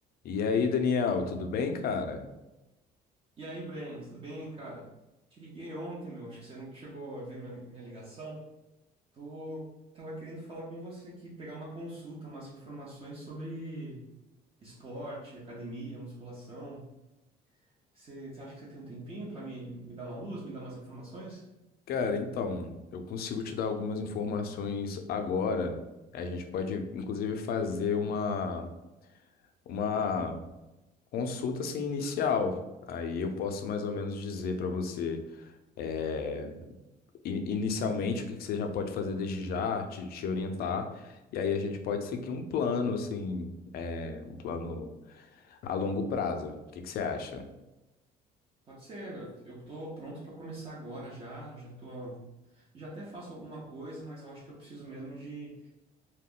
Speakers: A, on the left; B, on the right.
A: E aí, Daniel, tudo bem, cara?
B: E aí, Breno, tudo bem, cara? Te liguei ontem, meu. Acho que você não chegou a ver minha, minha ligação. Tô, tava querendo falar com você aqui, pegar uma consulta, umas informações sobre esporte, academia, musculação. Você, você acha que você tem um tempinho pra me, me dar uma luz, me dar umas informações?
A: Cara, então, eu consigo te dar algumas informações agora. A gente pode, inclusive, fazer uma, uma consulta assim, inicial. Aí eu posso mais ou menos dizer para você, é, i- inicialmente, o que que você já pode fazer desde já, te, te orientar. E aí a gente pode seguir um plano, assim, é, um plano a longo prazo. O que que você acha?
B: Pode ser, eu, eu tô pronto pra começar agora já. Já tô, já até faço alguma coisa, mas eu acho que eu preciso mesmo de